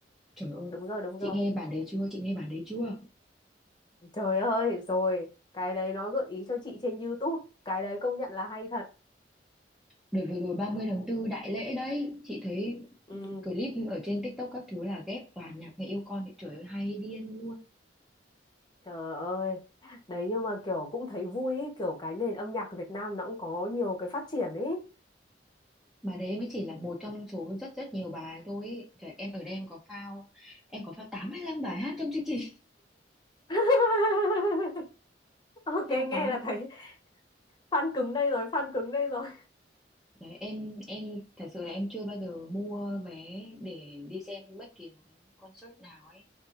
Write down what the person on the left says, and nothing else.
đúng rồi đúng
rồi.
Trời ơi, rồi, cái đấy nó gợi ý cho chị trên YouTube, cái đấy công nhận là hay thật.
Ừ,
trời ơi. Đấy nhưng mà kiểu cũng thấy vui ý, kiểu cái nền âm nhạc Việt Nam nó cũng có nhiều cái phát triển ấy.
<laughs> Ok
nghe
là thấy fan cứng đây rồi, fan cứng đây rồi.